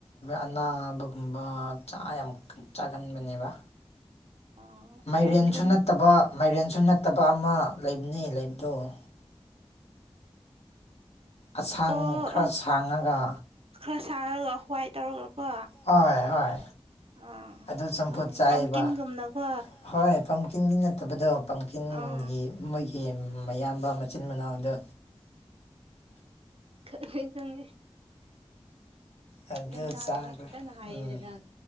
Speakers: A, on the left; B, on the right.
A: ꯑꯅꯥꯕꯒꯨꯝꯕ ꯆꯥ ꯌꯥꯝ ꯆꯥꯒꯟꯕꯅꯦꯕ
B: ꯑꯥ
A: ꯃꯥꯏꯔꯦꯟꯁꯨ
B: ꯈꯣꯡꯗ꯭ꯔꯨꯝ
A: ꯅꯠꯇꯕ ꯃꯥꯏꯔꯦꯟꯁꯨ ꯅꯠꯇꯕ ꯑꯃ ꯂꯩꯕꯅꯤ ꯂꯩꯕꯗ‌ꫭ ꯑꯁꯥꯡ
B: ꯑꯣ
A: ꯈꯔ
B: ꯑꯣ
A: ꯁꯥꯡꯉꯒ
B: ꯈꯔ ꯁꯥꯔꯒ ꯍ꯭ꯋꯥꯏ ꯇꯧꯔꯒ ꯀꯣ
A: ꯍꯣꯏ ꯍꯣꯏ
B: ꯑꯥ ꯑꯥ
A: ꯑꯗꯨ
B: ꯑꯥ
A: ꯆꯝꯐꯨꯠ
B: ꯈꯪꯉꯦ
A: ꯆꯥꯏꯕ
B: ꯄꯝꯀꯤꯟꯒꯨꯝꯅꯀꯣ
A: ꯍꯣꯏ ꯄꯝꯀꯤꯟꯗꯤ ꯅꯠ ꯇꯕꯗꯣ ꯄꯝꯀꯤꯟꯒꯤ
B: ꯑꯥ
A: ꯃꯣꯏꯒꯤ ꯃꯌꯥꯝꯕ ꯃꯆꯤꯟ ꯃꯅꯥꯎꯗꯣ
B: ꯈꯪꯉꯦ ꯈꯪꯉꯦ
A: ꯑꯗꯨ
B: ꯒ꯭ꯌꯥꯟ ꯇꯥꯅꯤꯡꯉꯥꯏ
A: ꯆꯥꯈ꯭ꯔꯦ
B: ꯐꯖꯅ ꯍꯥꯏꯔꯤꯅꯦ
A: ꯎꯝ
B: ꯅꯪ